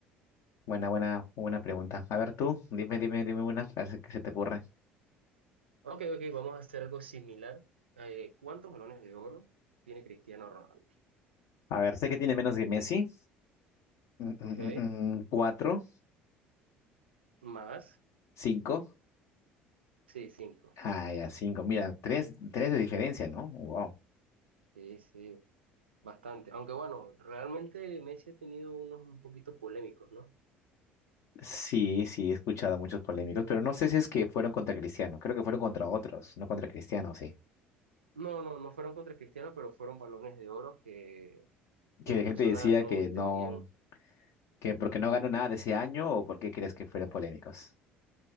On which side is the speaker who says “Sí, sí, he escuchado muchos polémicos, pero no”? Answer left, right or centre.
Left